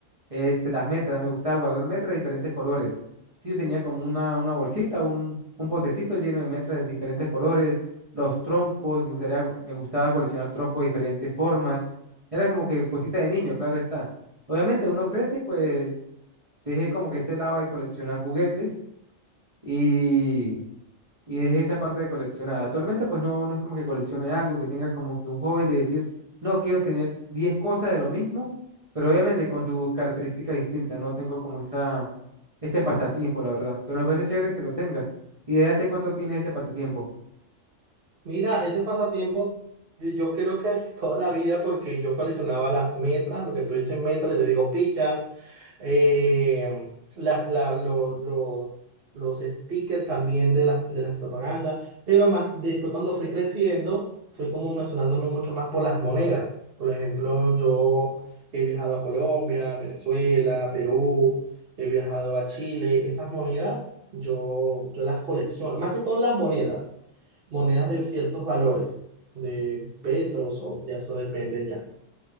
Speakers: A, on the right; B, on the right.
A: este, las metras, me gustaba guardar metras de diferentes colores. Sí, yo tenía como una, una bolsita, un, un potecito lleno de metras de diferentes colores, los trompos, me gustaría, me gustaba coleccionar trompos de diferentes formas, era como que cosita de niño, claro está. Obviamente uno crece, pues dejé como que ese lado de coleccionar juguetes y, y dejé esa parte de coleccionar. Actualmente pues no, no es como que coleccione algo, que tenga como que un hobby de decir, no, quiero tener 10 cosas de lo mismo, pero obviamente con sus características distintas, no tengo como esa, ese pasatiempo, la verdad, pero me parece chévere que lo tengas. ¿Y desde hace cuánto tienes ese pasatiempo?
B: Mira, ese pasatiempo de- yo creo que <laughs> toda la vida porque yo coleccionaba las metras, lo que tú dices metras, yo le digo pichas, eh, la- la- lo- lo- los stickers también de las, de las propagandas, pero más después cuando fui creciendo fui como mencionándome mucho más por las monedas. Por ejemplo, yo he viajado a Colombia, Venezuela, Perú, he viajado a Chile, esas monedas yo, yo las colecciono, más que todas las monedas monedas de ciertos valores, de pesos o ya eso depende ya.